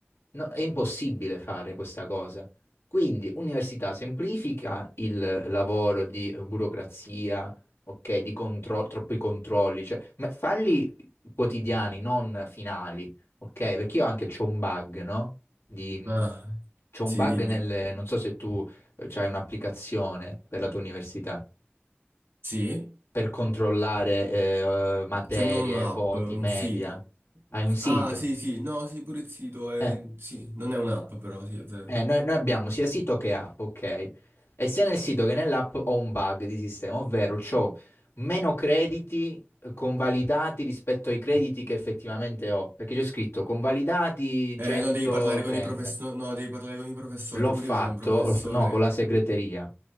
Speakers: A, on the left; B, on the right.
A: No, è impossibile fare questa cosa. Quindi, università semplifica il lavoro di eh, burocrazia, ok, di contro- troppi controlli, cioè, ma falli quotidiani, non finali, ok? Perché io anche c'ho un bug, no? Di, mh,
B: Ah,
A: c'ho
B: sì,
A: un bug
B: dimmi.
A: nel, non so se tu eh, c'hai un'applicazione per la tua università
B: Sì?
A: per controllare eh, materie,
B: C'è non un'app,
A: voti,
B: un
A: media.
B: sito.
A: Hai
B: Un
A: un
B: s-
A: sito.
B: Ah, sì, sì, no, sì, pure il sito è...
A: Eh,
B: Sì, non è un'app però, sì, è vero.
A: eh, noi, noi abbiamo sia sito che app, ok? E sia nel sito che nell'app ho un bug di sistema, ovvero ho meno crediti eh, convalidati rispetto ai crediti che effettivamente ho, perché c'è scritto convalidati
B: Eh,
A: 130.
B: no, devi parlare con i professori, no, devi parlare con i professori.
A: L'ho
B: Pure
A: fatto,
B: io c'ho un professore,
A: l'ho f- no, con la segreteria,